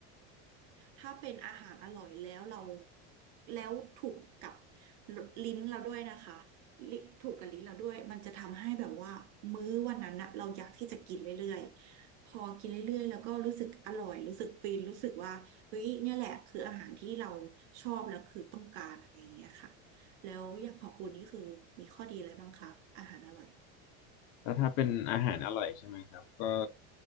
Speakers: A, on the right (about 80°); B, on the left (about 55°).
A: ถ้าเป็นอาหารอร่อยแล้วเราแล้วถูกกับลิ้นเราด้วยนะคะลิถูกกับลิ้นเราด้วยมันจะทำให้แบบว่ามื้อวันนั้นนะเราอยากที่จะกินเรื่อยๆพอกินเรื่อยๆแล้วก็รู้สึกอร่อยรู้สึกฟินรู้สึกว่าเฮ้ยเนี่ยแหละคืออาหารที่เราชอบแล้วคือต้องการอะไรอย่างเงี้ยค่ะแล้วอย่างของคุณนี่คือมีข้อดีอะไรบ้างคะอาหารอร่อย
B: แล้วถ้าเป็นอาหารอร่อยใช่ไหมครับก็